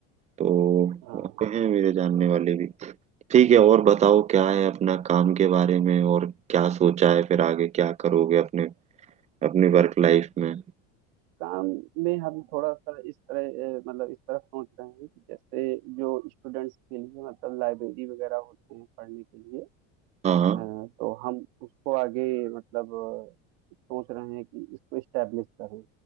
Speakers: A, on the right; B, on the right.
A: तो
B: हाँ
A: वहाँ पे हैं मेरे जानने वाले भी ठीक है और बताओ क्या है अपना काम के बारे में और क्या सोचा है फिर आगे क्या करोगे अपने अपने वर्क लाइफ में
B: काम में हम थोड़ा सा इस तरह अ, मतलब इस तरफ सोच रहे हैं कि जैसे जो स्टूडेंट्स के लिए मतलब लाइब्रेरी वगैरह होते हैं पढ़ने के लिए
A: हाँ
B: अ,
A: हाँ
B: तो हम उसको आगे मतलब अ, सोच रहे हैं कि इसको स्टैब्लिश करें